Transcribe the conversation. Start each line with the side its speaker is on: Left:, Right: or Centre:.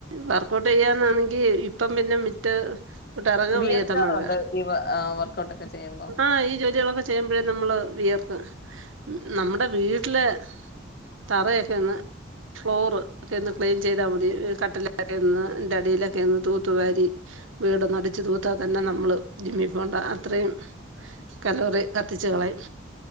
Right: വർക്കൗട്ടെയ്യാനാണെങ്കി ഇപ്പൊ പിന്നെ മിറ്റം ട്ടെറങ്ങാൻ
Left: വിയർക്കാറുണ്ടോ
Right: വയ്യാത്ത മഴ
Left: ഈ വ ആഹ് വർക്കൗട്ടൊക്കെ ചെയുമ്പോ
Right: ആഹ് ഈ ജോല്യേളൊക്കെ ചെയ്യുമ്പഴേ നമ്മള് വിയർത്ത് നമ്മടെ വീ ട്ട്ലെ തറയൊക്കൊയൊന്ന് ഫ്ലോറ് ഒക്ക്യൊന്ന് ക്ലീൻ ചെയ്താ മതി കട്ടി <unintelligible> ന്റടീലൊക്കൊന്ന് തൂത്തുവാരി വീടൊന്നടിച്ച് തൂത്താ തന്നെ നമ്മള് ജിമ്മി പോണ്ട അത്രയും കലോറി കത്തിച്ച് കളയും.